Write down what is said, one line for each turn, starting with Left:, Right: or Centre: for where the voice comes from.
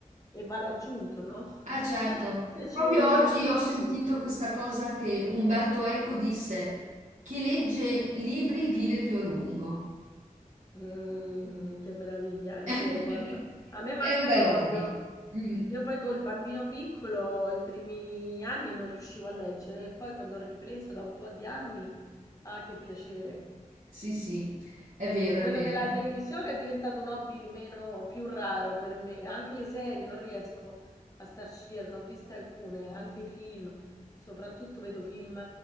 Left: e va raggiunto, no?
Right: Ah, certo.
Left: <laughs> Se ci
Right: Proprio
Left: devi mettere
Right: oggi
Left: un
Right: ho
Left: mese.
Right: sentito questa cosa che Umberto Eco disse, chi legge libri vive più a lungo.
Left: Mm, che meraviglia, è
Right: <laughs>
Left: vero, guarda. A me manca
Right: È un bel
Left: proprio.
Right: hobby. Mm,
Left: Io poi col bambino piccolo i primi anni non riuscivo a leggere, e poi quando ho ripreso da un po' di anni, ah, che piacere.
Right: sì, sì, è vero,
Left: Quello
Right: è vero.
Left: della televisione è diventato un hobby meno più raro per me, anche le serie non riesco a starci dietro, ne ho viste alcune, anche i film, soprattutto vedo film